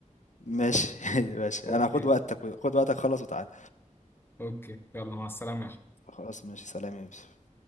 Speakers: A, on the left (about 65°); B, on the left (about 15°).
A: ماشي <laughs> ماشي
B: اوكي
A: انا خد وقتك خد وقتك خلص وتعالى
B: اوكي يلا مع السلامة يا
A: خلاص ماشي سلام يا يوسف